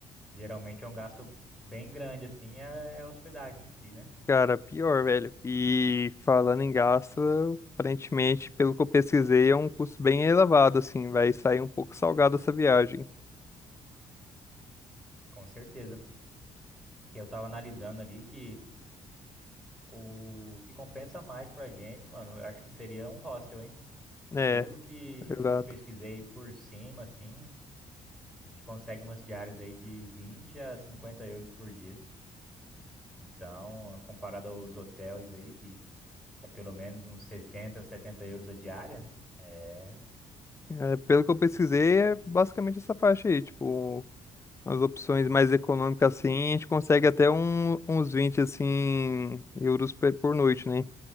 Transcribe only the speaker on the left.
Cara, pior, velho. E falando em gasto, aparentemente, pelo que eu pesquisei, é um custo bem elevado, assim, vai sair um pouco salgado essa viagem.
É,
exato.
É, pelo que eu pesquisei, é basicamente essa faixa aí, tipo. As opções mais econômicas assim, a gente consegue até um- uns 20 assim euros pe- por noite, né?